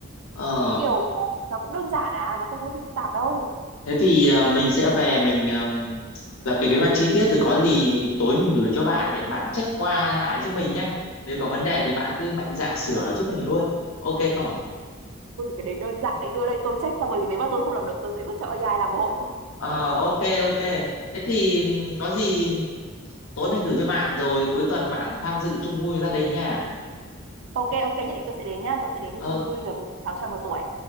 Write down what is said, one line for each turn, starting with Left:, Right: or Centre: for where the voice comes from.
Left: Ờ,
Right: kiểu nó cũng đơn giản à nó không có gì phức tạp đâu
Left: thế thì ờ, mình sẽ về mình ờm, lập cái kế hoạch chi tiết rồi có gì tối mình gửi cho bạn để bạn check qua lại giúp mình nhé. Nếu có vấn đề thì bạn cứ mạnh dạn sửa giúp mình luôn. Ok không ạ?
Right: tôi chỉ cần đến đơn giản đấy đưa đây tôi check xong rồi nếu mà tôi không làm được tôi sẽ vứt cho AI làm hộ
Left: Ờ, ok ok thế thì ừm, có gì tối mình gửi cho bạn rồi cuối tuần bạn tham dự chung vui với gia đình nha
Right: <laughs> ok ok nhất định tôi sẽ đến nhá tôi sẽ đến
Left: Ờ,
Right: đây chung vui về mừng cháu tròn một tuổi